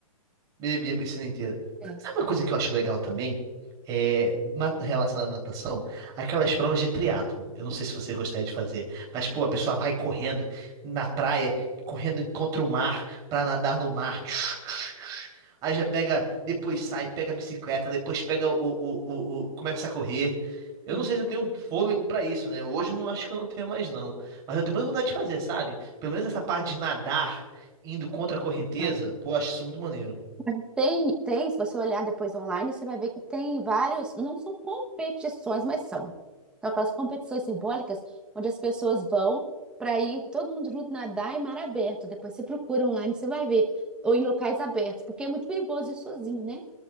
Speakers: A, on the right (about 20°); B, in the centre.
A: Bebi a piscina inteira.
B: É,
A: Sabe uma coisa que eu acho legal também? É, na relação à natação, aquelas provas de triatlon. Eu não sei se você gostaria de fazer, mas, pô, a pessoa vai correndo na praia, correndo contra o mar, pra nadar no mar. Tchus, tchus, tchus. Aí já pega, depois sai, pega a bicicleta, depois pega o, o, o, o- começa a correr. Eu
B: sim,
A: não sei se eu tenho fôlego pra isso, né? Hoje eu não acho que eu não tenho mais, não. Mas eu tenho muita vontade de fazer, sabe? Pelo menos essa parte de nadar, indo contra a correnteza,
B: maravilha.
A: pô, eu acho isso muito maneiro.
B: Mas Tem, tem, se você olhar depois online, você vai ver que tem vários, não são competições, mas são. São aquelas competições simbólicas onde as pessoas vão para ir todo mundo junto nadar em mar aberto. Depois você procura online, você vai ver. Ou em locais abertos, porque é muito perigoso ir sozinho, né?